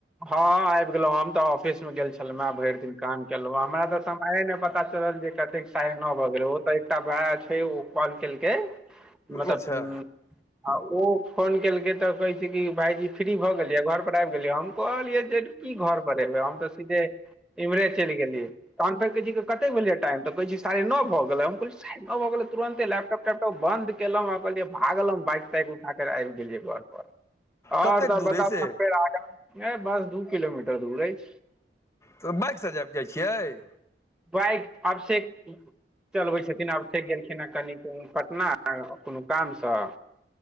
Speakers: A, in the centre; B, on the left.
A: हां आएब गेलौ हम तऽ ऑफिसमे गेल छलौ ना भैर दिन काम केलौ हमरा तऽ समयए नै पता <unintelligible> जे कतेक साढ़े नौ भऽ गेल ओ त एकटा भाया छै उ कॉल केलकै मतलब
B: अच्छा
A: उम्म आ ओ फोन केलकै तऽ कहै छै कि भाइजी फ्री भऽ गेलियै, घर पर आएब गेलियै, हम कहलियै जे की घर पर एबै हम तऽ सीधे इमहरे चैल गेलियै। तहन फेर कहै छै कि कते भेलया टाइम तऽ कहै छै साढ़े नौ भ गेलै, हम कहलिये साढ़े नौ भ गेलै तुरंते लैपटॉप तैप त बन्द केलौ आ कहलिये आ गेलौ बाइक-ताइक उठा कर आएब गेलियै घर पर और
B: कतेक
A: सब
B: दूर
A: बताउ
B: अइ से
A: तहन फेर अगा नै बस दू किलोमीटर दूर एछ।
B: तऽ बाइक से जाएब जाय छियै।
A: बाइक अभषेक चलबै छथिन अभषेक गेलखिन हे कनि उम्म पटना अ कुनू काम से।